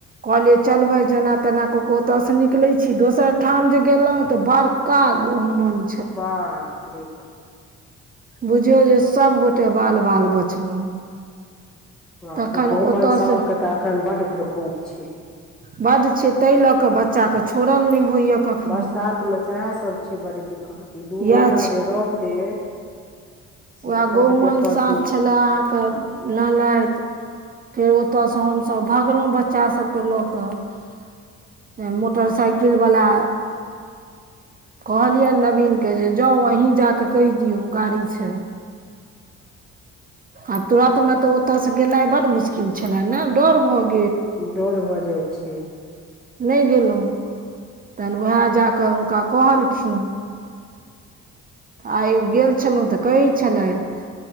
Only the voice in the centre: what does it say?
बाप रे बा
बाप
रे गहुमन
सांपके तऽ एखन बड्ड प्रकोप छै
बरसातमे सएहसभ छै बड्ड दिक्कत ई दू
महीना जे रहतै से
बड्ड
देखऽ
सुनऽ
डर भऽ जाय छै